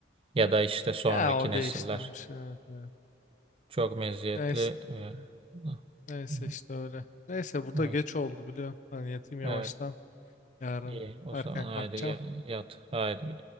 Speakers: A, on the right; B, on the left.
A: Ya da işte sonraki
B: ya o
A: nesiller.
B: değiştirmiş evet, evet.
A: Çok meziyetli.
B: Neyse.
A: e, <laughs>
B: Neyse işte öyle. Neyse burada
A: Evet.
B: geç oldu biliyorsun. Ben yatayım yavaştan.
A: Evet.
B: Yarın
A: İyi. O
B: erken
A: zaman haydi
B: kalkacağım.
A: ya- yat. Haydi.